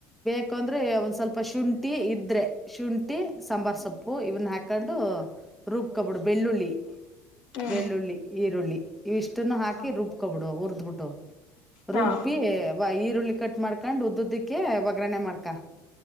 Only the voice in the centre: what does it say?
ಬ ಅಂದ್ರೆ ಒಂದ್ ಸ್ವಲ್ಪ ಶುಂಠಿ ಇದ್ರೆ ಶುಂಠಿ ಸಾಂಬಾರ್ ಸೊಪ್ಪು ಇವನ್ನ ಹಾಕೊಂಡು ರುಬ್ಕಬುಡು ಬೆಳ್ಳುಳ್ಳಿ
ಬೆಳ್ಳುಳ್ಳಿ ಈರುಳ್ಳಿ ಇಸ್ಟುನ್ನು ಹಾಕಿ
ದುಬ್ಕೋಬಿಡು ಅವ್ರು ಬುಟ್ಟೋ ರುಬ್ಬಿ
ವೈ ಈರುಳ್ಳಿ ಕಟ್ ಮಾಡ್ಕೊಂಡ್ ಉದ್ದದಕ್ಕೆ ಒಗ್ಗರಣೆ ಮಾಡ್ಕಾ